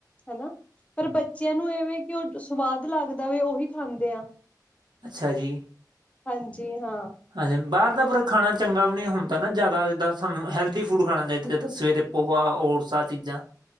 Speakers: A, on the left; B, on the right.
A: ਹਨਾ ਪਰ ਬੱਚਿਆਂ ਨੂੰ ਏ ਵੇਂ ਕਿ ਉਹ ਸਵਾਦ ਲੱਗਦਾ ਵਾ ਉਹੀ ਖਾਂਦੇ ਆ
B: ਅੱਛਾ ਜੀ
A: ਹਾਂਜੀ ਹਾਂ
B: ਹਾਂਜਨ ਬਾਹਰ ਦਾ ਪਰ ਖਾਣਾ ਚੰਗਾ ਵੀ ਨਹੀਂ ਹੁੰਦਾ ਨਾ ਜ਼ਿਆਦਾ ਜਿੱਦਾਂ ਸਾਨੂੰ ਹੈਲਦੀ ਫੂਡ ਖਾਣਾ ਚਾਹੀਦਾ ਜਿੱਦਾਂ ਸਵੇਰੇ ਪੋਹਾ ਔਰ ਸਾ ਆਂ ਚੀਜ਼ਾਂ ਆ